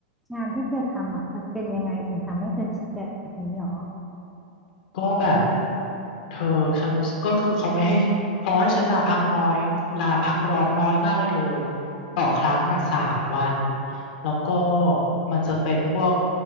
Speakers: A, in the centre; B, on the left.
A: งานที่เธอทำอ่ะมันเป็นยังไงถึงทำให้เธอคิดแบบนี้หรอ
B: ก็แบบ เธอฉันรู้สึกก็คือเขาไม่ให้เขาให้ฉันลาพักน้อยลาพักร้อนน้อยมากเลยเธอต่อครั้งอ่ะสามวันแล้วก็มันจะเป็นพวก